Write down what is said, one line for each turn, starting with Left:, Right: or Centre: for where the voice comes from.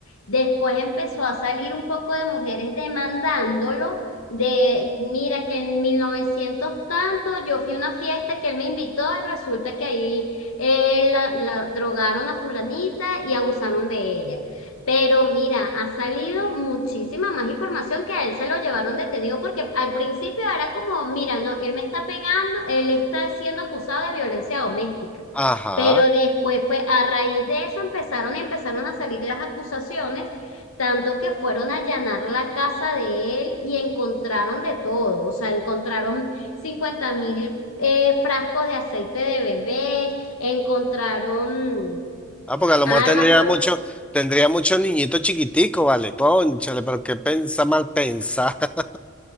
Left: después empezó a salir un poco de mujeres demandándolo, de, mira, que en 1900 tanto, yo fui a una fiesta que él me invitó y resulta que ahí eh, la, la drogaron a fulanita y abusaron de ella. Pero mira, ha salido muchísima más información que a él se lo llevaron detenido porque al principio era como, mira, no, él me está pegando él está siendo acusado de violencia doméstica.
Centre: Ajá.
Left: Pero después fue, a raíz de eso empezaron y empezaron a salir las acusaciones, tanto que fueron a allanar la casa de él y encontraron de todo, o sea, encontraron cincuenta mil eh, frascos de aceite de bebé, encontraron
Centre: Ah, porque a lo
Left: armas,
Centre: mejor tendría
Left: por
Centre: mucho, tendría muchos niñitos chiquiticos, vale. Cónchale, pero qué pensa mal pensa. <laughs>